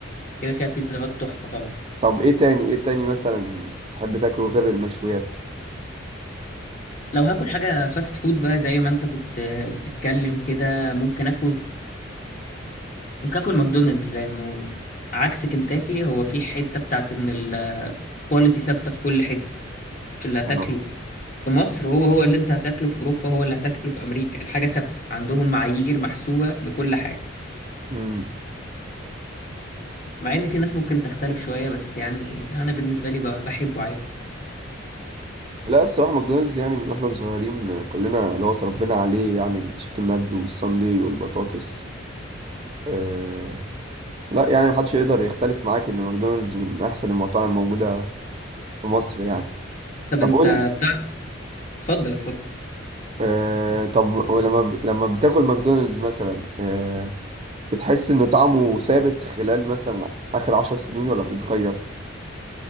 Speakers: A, on the left; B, on the right.
A: كده كده بيتزا هات تحفة طبعا
B: طب ايه تاني ايه تاني مثلا تحب تاكله غير المشويات
A: لو هاكل حاجة فاست فود بقى زي ما انت كنت آه، بتتكلم كده ممكن اكل كاكل ماكدونالدز لانه عكس كنتاكي هو في حته بتاعت ان الكواليتي ثابته في كل حته اللي هتاكله
B: أنا
A: في مصر هو هو اللي انت هتاكله في اوروبا هو اللي هتاكله في امريكا الحاجه ثابته عندهم معايير محسوبه لكل حاجه
B: امم
A: مع ان في ناس ممكن تختلف شويه بس يعني انا بالنسبه لي ب- بحبه عادي
B: لا الصراحه ماكدونالدز يعني من واحنا صغيرين كلنا اللي هو اتربينا عليه يعني التشيكن ماجد والساندي والبطاطس أه... لا يعني محدش يقدر يختلف معاك ان ماكدونالدز من احسن المطاعم موجوده في مصر يعني
A: طب
B: طب
A: انت
B: قول
A: بتاع اتفضل اتفضل
B: آه طب ولما ب... لما بتاكل ماكدونالدز مثلا آه بتحس ان طعمه ثابت خلال مثلا اخر عشر سنين ولا بيتغير